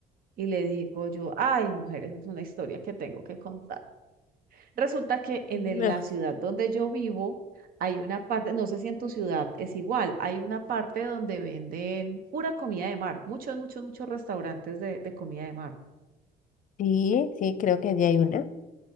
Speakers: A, on the right (about 60°); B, on the left (about 50°).
A: Y le digo yo, ay mujer, esa es una historia que tengo que contar. Resulta que en
B: no.
A: el- la ciudad donde yo vivo hay una parte, no sé si en tu ciudad es igual, hay una parte donde venden pura comida de mar, muchos, muchos, muchos restaurantes de de comida de mar.
B: Sí, sí, creo que allí hay una.